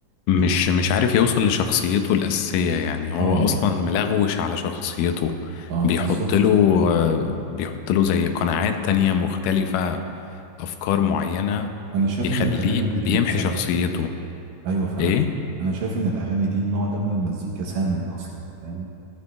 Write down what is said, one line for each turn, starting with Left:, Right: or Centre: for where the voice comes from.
Left: مش
Right: يعني
Left: مش عارف يوصل لشخصيته الأساسية يعني هو
Right: اه
Left: أصلا
Right: يعني
Left: ملغوش على شخصيته
Right: اه
Left: بيحط
Right: بالظبط
Left: له آه، بيحط له زي قناعات تانية مختلفة أفكار معينة
Right: أنا شايف
Left: بيخليه
Right: إن الأغاني دي
Left: بيمحي
Right: كمان سامة
Left: شخصيته
Right: أيوه فعلا
Left: إيه؟
Right: أنا شايف إن الأغاني دي النوع ده من المزيكا سام أصلا فاهم